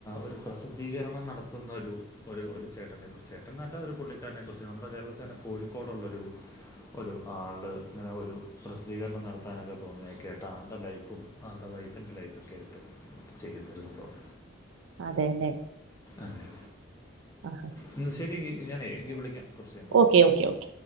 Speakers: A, on the left (about 15°); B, on the right (about 80°).
A: ഒരു പ്രസിദ്ധീകരണം നടത്തുന്ന ഒരു ഒരു ഒരു ചേട്ടനെ കുറിച്ചാ ചേട്ടൻ നല്ല ഒരു പുള്ളിക്കാരനെ കുറിച്ച് നമ്മുടെ കേരളത്തിൽ തന്നെ കോഴിക്കോടുള്ളൊരു ഒരു ആള് ഇങ്ങനെ ഒരു പ്രസിദ്ധീകരണം നടത്താനൊക്കെ പോകുന്നത് കേട്ടാ ആളുടെ ലൈഫും ആളുടെ വൈഫിൻ്റ് ലൈഫ് ഒക്കെ ആയിട്ട് ചെയ്യുന്നൊ ഒരു സംഭവം
B: അതേല്ലെ
A: അതെ
B: ആഹ്
A: ഇന്നാ ശരി ഞാനേ വിളിക്കാം കൊർച്ച് കയിഞ്ഞിട്ട്
B: ഓക്കെ ഓക്കെ ഓക്കെ